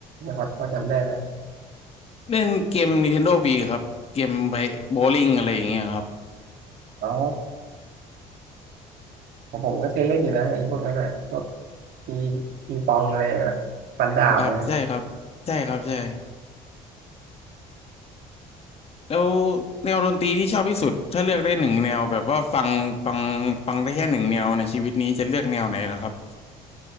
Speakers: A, on the right (about 75°); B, on the left (about 40°).
A: นี่ยพอพอจำได้ไหม
B: เล่นเกม Nintendo Wii ครับเกมไปโบว์ลิ่งอะไรอย่างเงี้ยครับ
A: อ๋อของผมก็เคยเล่นอยู่นะไอ้พวกนั้นอ่ะพวกตีปีปองอะไรอะฟันดาบเลย
B: ครับใช่ครับใช่ครับใช่แล้วแนวดนตรีที่ชอบที่สุดถ้าเลือกได้หนึ่งแนวแบบว่าฟังฟังฟังได้แค่หนึ่งแนวในชีวิตนี้จะเลือกแนวไหนล่ะครับ